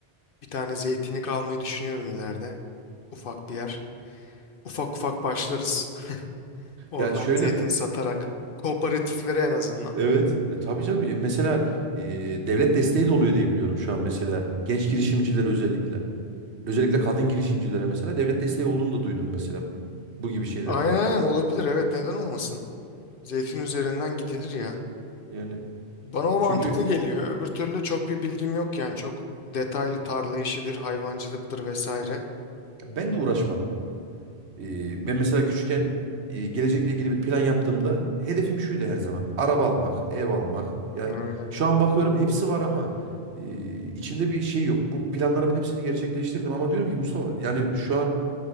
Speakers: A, on the left (about 60°); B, on the right (about 85°).
A: bir tane zeytinlik almayı düşünüyorum ileride. Ufak bir yer. Ufak ufak başlarız. Oradan
B: ya şöyle
A: zeytin satarak. Kooperatiflere en azından.
B: evet e, tabii canım mesela e, devlet desteği de oluyor diye biliyorum şu an mesela genç girişimciler özellikle. Özellikle kadın girişimcilere mesela devlet desteği olduğunu da duydum mesela bu gibi şeylerde.
A: Aynen aynen olabilir evet neden olmasın. Zeytin üzerinden gidilir ya.
B: Yani
A: Bana o mantıklı
B: çünkü
A: geliyor. Öbür türlü çok bir bilgim yok yani. Çok detaylı tarla işidir, hayvancılıktır vesaire.
B: ben de uğraşmadım. Ee, ben mesela küçükken e, gelecekle ilgili bir plan yaptığımda hedefim şuydu her zaman. Araba almak, ev almak. Ya
A: Ee,
B: şu an bakıyorum hepsi var ama e, içimde bir şey yok. Bu planlarımın hepsini gerçekleştirdim ama diyorum ki Mustafa yani şu an